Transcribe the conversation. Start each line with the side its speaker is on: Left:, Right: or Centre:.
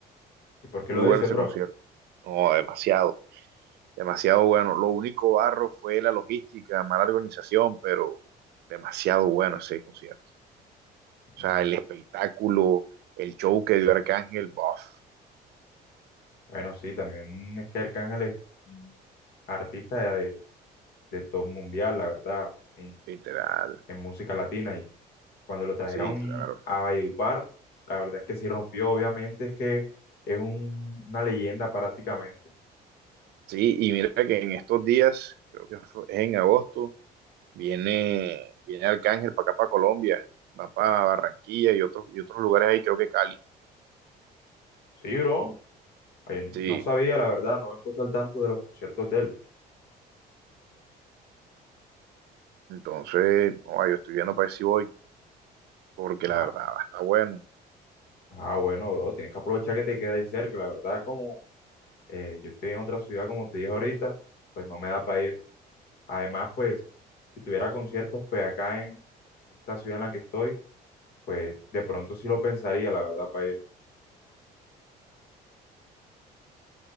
Left: ¿y por qué
Right: Muy
Left: lo
Right: bueno
Left: dices,
Right: ese
Left: bro?
Right: concierto. No, demasiado. demasiado bueno. Lo único barro fue la logística, mala organización, pero demasiado bueno ese concierto. O sea,
Left: Mm,
Right: el espectáculo, el show que dio Arcángel, bof,
Left: bueno, sí, también es que Arcángel es un artista de top mundial, la verdad, en,
Right: literal.
Left: en música latina. Y cuando lo trajeron
Right: Sí, claro.
Left: a Valledupar, la verdad es que sí rompió, obviamente, es que es un- una leyenda prácticamente.
Right: Sí, y mira que en estos días, creo que fue- es en agosto, viene, viene Arcángel para acá, para Colombia, va para Barranquilla y otros, y otros lugares ahí, creo que Cali.
Left: Sí, bro, ay,
Right: Sí,
Left: no sabía, la verdad, no me he puesto al tanto de los conciertos de él.
Right: entonces, no, yo estoy viendo para ver si voy, porque
Left: Ah,
Right: la verdad va a estar bueno.
Left: ah, bueno, bro, tienes que aprovechar que te queda ahí cerca, la verdad, como eh, yo estoy en otra ciudad, como te dije ahorita, pues no me da para ir. Además, pues, si tuviera conciertos, pues acá en esta ciudad en la que estoy, pues de pronto sí lo pensaría, la verdad, para ir.